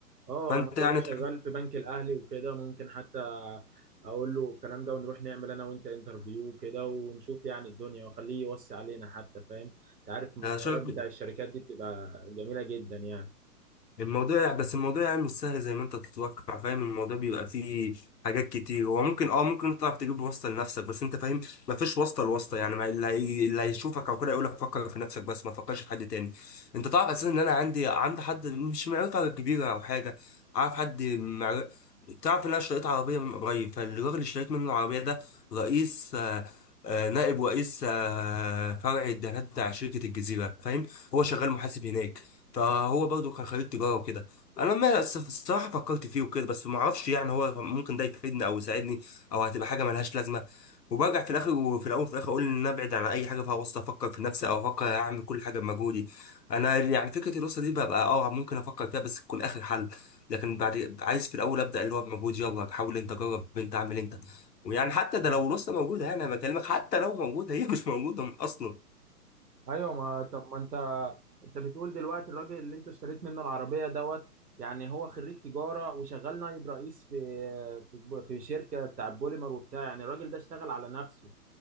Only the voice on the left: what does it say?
فانت
يعني
تعرف
شايف
الموضوع يعني بس الموضوع يعني مش سهل زي ما انت تتوقع فاهم الموضوع بيبقى فيه حاجات كتير هو ممكن اه ممكن انت تعرف تجيب واسطه لنفسك بس انت فاهم مفيش واسطه لواسطه يعني ما اللي هي- اللي هيشوفك او كده يقول لك فكر في نفسك بس ما تفكرش في حد تاني انت تعرف اساسا ان انا عندي عندي حد مش معرفه كبيره او حاجه اعرف حد معر... تعرف ان انا اشتريت عربيه من قريب فالراجل اللي اشتريت منه العربيه ده رئيس آه، آه، نائب رئيس آه، فرع الدهانات بتاع شركه الجزيره فاهم هو شغال محاسب هناك فهو برضه كان خريج تجاره وكده انا لما الصراحه فكرت فيه وكده بس ما اعرفش يعني هو ممكن ده يفيدني او يساعدني او هتبقى حاجه ملهاش لازمه وبرجع في الاخر وفي الاول وفي الاخر اقول ان انا ابعد عن اي حاجه فيها وسط افكر في نفسي او افكر اعمل كل حاجه بمجهودي انا يعني فكره الوسط دي ببقى اه ممكن افكر فيها بس تكون اخر حل لكن بعد عايز في الاول ابدا اللي هو بمجهودي يلا حاول انت جرب انت اعمل انت ويعني حتى ده لو الوسط موجوده يعني انا بكلمك حتى لو موجوده هي مش موجوده اصلا